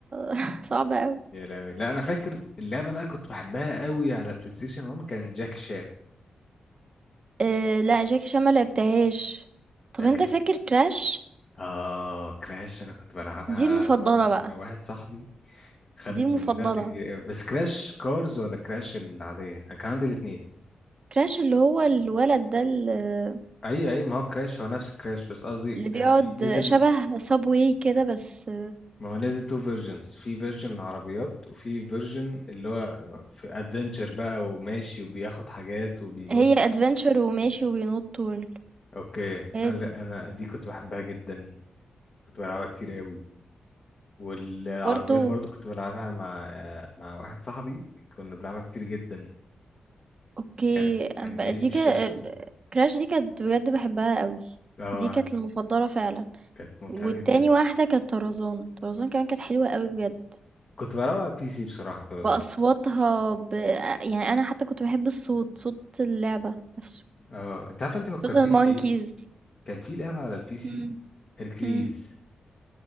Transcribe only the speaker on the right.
<laughs> صعبه قوي
أه لا جاكي شان ما لعبتهاش
طب انت
فاكر كراش
دي المفضله
بقى
دي المفضله
كراش اللي هو الولد ده اللي
اللي بيقعد
شبه سابواي كده بس
هي ادفنتشر وماشي وبينط طول
هي
دي
برضه
اوكي
أم
بقى-
دي
كده
كراش دي كانت بجد بحبها قوي
دي كانت المفضلة فعلا
والتاني
واحدة كانت طرزان طرزان كمان كانت حلوة قوي بجد
بأصواتها ب... يعني أنا حتى كنت بحب الصوت صوت اللعبة نفسه
صوت المونكيز
مم.
مم.